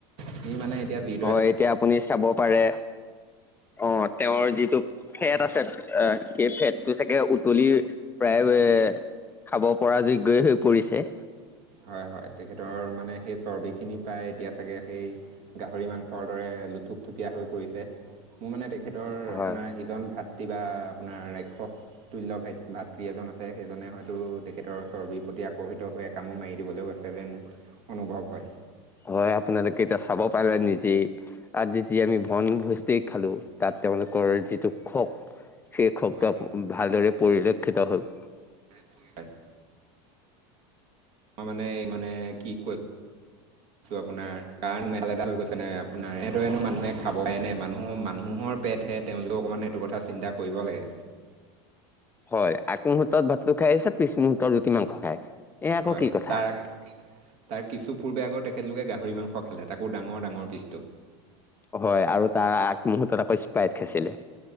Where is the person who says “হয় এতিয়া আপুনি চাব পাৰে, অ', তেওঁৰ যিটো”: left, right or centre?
Left